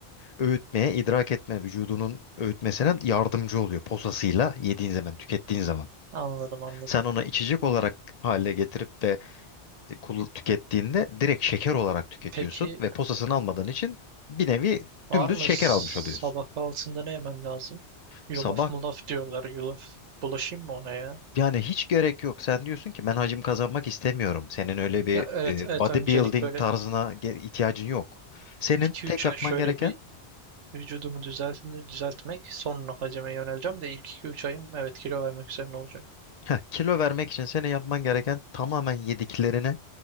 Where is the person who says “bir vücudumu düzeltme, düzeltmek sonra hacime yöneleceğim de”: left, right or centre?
Right